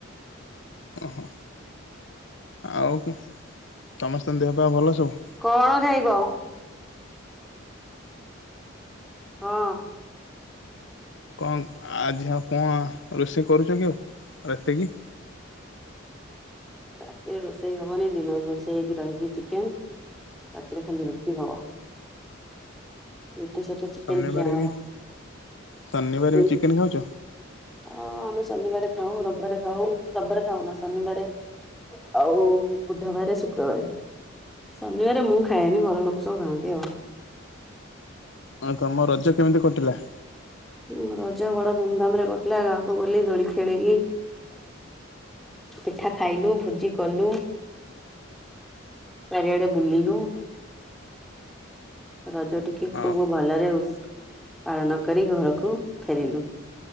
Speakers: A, on the left; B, in the centre.
A: ଓହୋ ଆଉ ସମସ୍ତଙ୍କ ଦେହ ପା ଭଲ ସବୁ?
B: କଣ ଖାଇବ? ହଁ।
A: କଅ ଆଜି ଆଉ କଣ ରୋଷେଇ କରୁଛ କି ଆଉ ରାତିକି?
B: ରାତିରେ ରୋଷେଇ ହବନି ଦିନରେ ରୋଷେ ହେଇକି ରହିଛି ଚିକେନ ରାତିରେ ଖାଲି ରୁଟି ହବ। ରୁଟି ସହୀତ ଚିକେନ
A: ଶନିବାରେ
B: ଖିଆ ହବ।
A: ବି ଶନିବାରେ ବି ଚିକେନ ଖାଉଛ
B: ହଁ ଆମେ ଶନିବାର ଖାଉ ରବିବାରେ ଖାଉ ରବିବାରେ ଖାଉ ନା ଶନିବାରେ ଆଉ ବୁଧବାର ଶୁକ୍ରବାର। ଶନିବାର ମୁଁ ଖାଏନି ଘର ଲୋକ ସବୁ ଖାଆନ୍ତି ଆଉ।
A: ହଁ ତମ ରଜ କେମିତି କଟିଲା?
B: ହଁ ରଜ ବଡ ଧୁମଧାମ ରେ କଟିଲା ଗାଁକୁ ଗଲି ଦୋଳି ଖେଳିଲି ପିଠା ଖାଇଲୁ ଭୋଜି କଲୁ ଚାରିଆଡେ ବୁଲିଲୁ ରଜ ଟି କି
A: ହଁ
B: ଖୁବ ଭଲରେ ପାଳନ କରି ଘରକୁ ଫେରିଲୁ।